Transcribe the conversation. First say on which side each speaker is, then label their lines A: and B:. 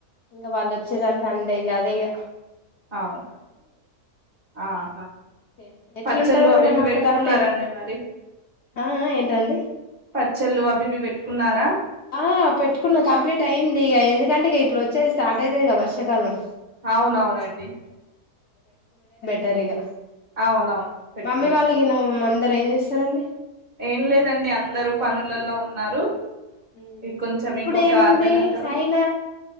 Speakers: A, on the left (about 55°); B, on the right (about 35°).
A: ఇంగ వాళ్ళు వచ్చిర్రు సండే అదే ఇగా
B: అవునా ఆహా
A: చేస్త ఎట్లుంటది
B: పచ్చళ్ళు
A: మేడం
B: అవివి
A: అక్కడ
B: పెట్టుకున్నారండి
A: టెం
B: మరి
A: ఆ ఆ ఏంటండి
B: పచ్చళ్ళు అవివి పెట్టు కున్నారా
A: ఆ పెట్టుకున్నా కంప్లీట్ అయింది ఇగ ఎందుకంటే ఇగ ఇప్పుడు వచ్చేది స్టార్ట్ అయితది గా వ వర్షాకాలం
B: అవునవునండి
A: టరిగా
B: అవునవును పెట్టుకోవడమే
A: మమ్మీ వాళ్ళుగిన మంద రె ఏం చేస్తారండి
B: ఏం లేదండి అందరూ పనులల్లో ఉన్నారు
A: హ్మ్
B: ఈ కొంచెం
A: ఇప్పుడేముంది
B: ఇంకొక అర్ధగంటలో
A: అయిన